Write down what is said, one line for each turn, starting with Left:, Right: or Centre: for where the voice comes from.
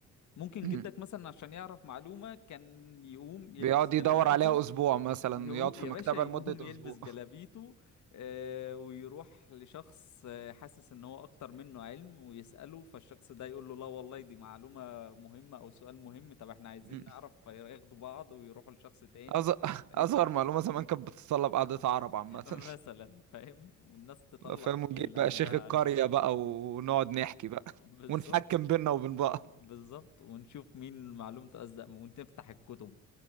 Left: ممكن
Right: مم.
Left: جدك مثلا عشان يعرف معلومة كان يقوم يلبس
Right: بيقعد
Left: جلابيته
Right: يدور عليها اسبوع مثلا
Left: يقوم
Right: يقعد في
Left: يا
Right: مكتبة
Left: باشا يقوم
Right: لمدة
Left: يلبس
Right: اسبوع
Left: جلابيته آه ويروح لشخص آه، حاسس ان هو اكتر منه علم ويسأله فالشخص ده يقول له لا والله دي معلومة مهمة او سؤال مهم طب احنا عايزين
Right: <laughs>
Left: نعرف فياخدوا بعض ويروحوا لشخص تاني
Right: أز...
Left: والشخص
Right: <laughs>
Left: التاني
Right: أصغر معلومة زمان كانت بتتطلب قعدة عرب عامة
Left: <laughs> مثلا
Right: <laughs>
Left: فاهم والناس تطلع
Right: لا فاهم
Left: كل
Right: ونجيب
Left: اللي
Right: بقى
Left: عندها
Right: شيخ القرية
Left: علشان
Right: بقى ونقعد
Left: <laughs>
Right: نحكي بقى
Left: بالظبط
Right: <laughs> ونحكم بينا وبين بعض
Left: بالظبط ونشوف مين معلومته أصدق ونفتح الكتب